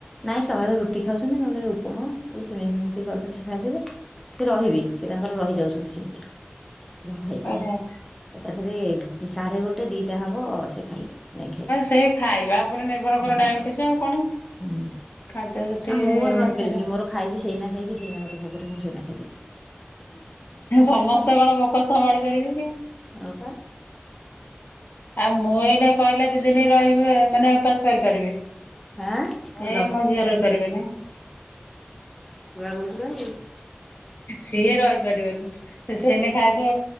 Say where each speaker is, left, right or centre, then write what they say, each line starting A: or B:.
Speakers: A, in the centre; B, on the left.
A: ନାଇଁ ସକାଳୁ ରୁଟି ଖାଉଛନ୍ତି। ନହେଲେ ଗଉପମା ଏଇ ସିମେଇି ଟିକେ କରିଦେଲେ ସେ ଖାଇଦେବେ। ସେ ରହିବି, ସେ ତାଙ୍କର ରହିଯାଉଛନ୍ତି ସେମିତି, ଯାହା ଖାଇକିରି
B: ଓହୋ
A: ଏକାଥରେ ସାଢେ ଗୋଟେ ଦିଟା ହବ ସେ ଖାଇବେ। <unintelligible>
B: ସେ ଖାଇବା ଉପରେ ନିର୍ଭର
A: ହଁ
B: କର ଡାଇବେଟିସ ଆଉ କଣ
A: ହୁଁ
B: ଖାଦ୍ୟ ଯେତେ
A: ଆ ମୁଁ ମୋର ରହିପାରିବିନି
B: ଚାଲ
A: ମୋର ଖାଇକି ସେଇ ନା ଖାଇକି ସେଇ ନା ମୋତ <unintelligible> ମୁଁ ସେଇ ନା
B: ସମସ୍ତେ କଣ ଭୋକ ସମ୍ଭାଳି ପାରିବେ କି?
A: ହଁ, ବା।
B: ଆଉ ମୁଁ ଏଇନା କହିଲେ ଦିଦିନ ରହିବି ମାନେ ଉପାସ କରିପାରିବି।
A: ହଁ ମୁଁ
B: ଏ ମୋ ଝିଅ ରହି ପାରିବେନି।
A: କୁଆ କହୁଛି <unintelligible>
B: ସିଏ ରହିପାରିବନି? ସେ ସେନେଇ ଖାଇ